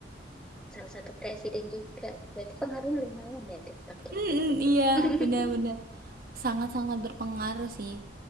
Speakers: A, in the centre; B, on the right (about 50°).
A: salah satu presiden juga. Berarti pengaruhnya lumayan ya TikTok ya.
B: Mhm, iya,
A: <laughs>
B: benar-benar sangat-sangat berpengaruh sih.